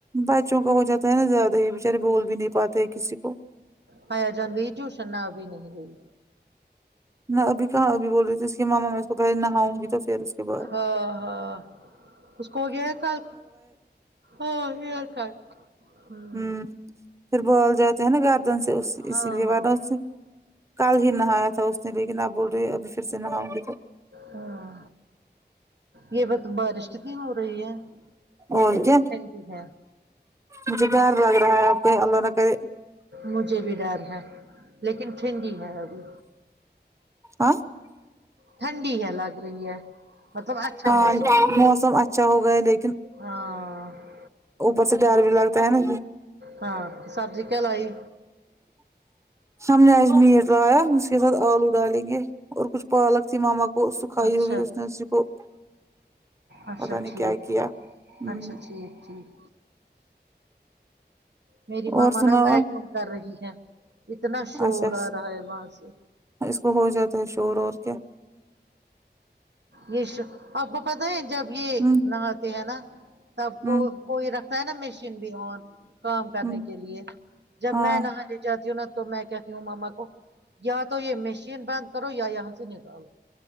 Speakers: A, on the right (about 15°); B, on the right (about 80°).
A: بچوں کا ہو جاتا ہے نا زیادہ ہی بچارے بول بھی نہیں پاتے ہیں کسی کو
B: پایا جان بھی ٹیوشن نہ بھی نہیں گئی
A: نہ ابھی کہاں ابھی بول رہی تھی اس کی ماما میں کو پہے نہاؤ گی تو پھر اس کے بعد
B: ہ ہاں اس کو ہو گیا ہے کل ہاں ہیئر کٹ ہوں
A: ہم پھر بال جاتے ہیں نا گردن سے اس
B: ہاں
A: اسی لیے
B: ہاں
A: ورہ اس سے کل ہی نہایا تھا اس نے لیکن اب بول رہی ابھی پھر سے نہاؤ گی تو
B: ہاں یہ بت بارش ہو رہی ہے
A: اور
B: لیکن
A: کیا
B: ٹھنڈی ہے
A: مجھے ڈر لگ رہا ہے کہیں اللہ نہ کرے
B: مجھے بھی ڈر ہے لیکن ٹھنڈی ہے ابھی
A: آ
B: ٹھنڈی ہے لگ رہی ہے مطلب اچھا
A: بہار
B: موسم ہو گیا
A: موسم اچھا ہوگا ہے لیکن
B: ہاں
A: اوپر سے ڈر بھی لگتا ہے نا
B: ہاں سبزی کیا لائی
A: ہم نے آج میٹ لایا اس کے ساتھ آلو ڈالیں گے اور کچھ پالک تھی ماما کو وہ سکھائی
B: اچھا
A: ہوئی اس نے ر سی کو
B: اچھا
A: پتا نہیں
B: ٹھیک
A: کیا کیا
B: ہے
A: ہمم
B: اچھا ٹھیک ٹھیک میری ماما
A: اور سناؤ
B: نا ویکیوم کر رہی ہے اتنا شور
A: اچھا اچھا
B: آ رہا ہے وہاں سے
A: اس کو ہو جاتا ہے شور اور کیا
B: یہ آپ کو پتا ہے جب یہ
A: ہمم
B: نہاتے ہیں نا تب کو
A: ہمم
B: کوئی رکھتا ہے نا مشین بھی آن کام کرنے
A: ہمم
B: کے لیے جب
A: ہاں
B: میں ناہا جاتتی ہوں نا تو میں کہتی ہوں ماما کو یا تو یہ مشین بند کرو یا یہاں سے نکالو